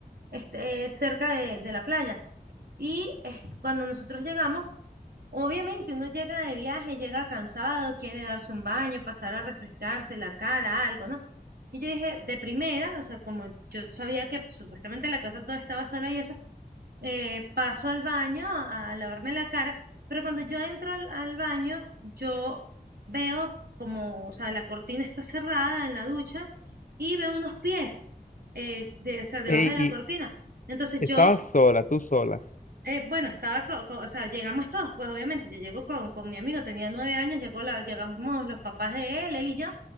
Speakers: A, on the right; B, on the left.
A: este, cerca de, de la playa. Y eh, cuando nosotros llegamos, Obviamente uno llega de viaje, llega cansado, quiere darse un baño, pasar a refrescarse la cara, algo, ¿no? Y yo dije, de primera, o sea, como yo sabía que supuestamente la casa toda estaba sola y eso, eh, paso al baño a, a lavarme la cara, pero cuando yo entro al, al baño, yo veo como, o sea, la cortina está cerrada en la ducha y veo unos pies, eh, de, o sea, debajo
B: Ey,
A: de la
B: y
A: cortina. Entonces
B: estabas
A: yo
B: sola, tú sola.
A: eh, bueno, estaba, co- co- o sea, llegamos todos, pues obviamente, yo llego con, con mi amigo, tenía nueve años, llegó la, llegamos los papás de él, él y yo,